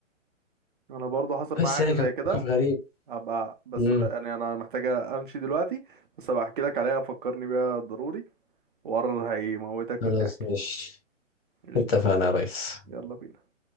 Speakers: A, on the right; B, on the left.
A: انا برضه حصل معايا
B: بس
A: حاجة
B: يعني
A: زي
B: كان
A: كده
B: موقف غريب
A: هبقى بس
B: امم
A: يعني انا محتاجة امشي دلوقتي بس هبقى احكي لك عليها فكرني بيها ضروري وقرر هيموتك
B: خلاص
A: من الضحك
B: ماشي
A: قشطة
B: اتفقنا
A: يا ريس
B: يا ريس
A: يلا بينا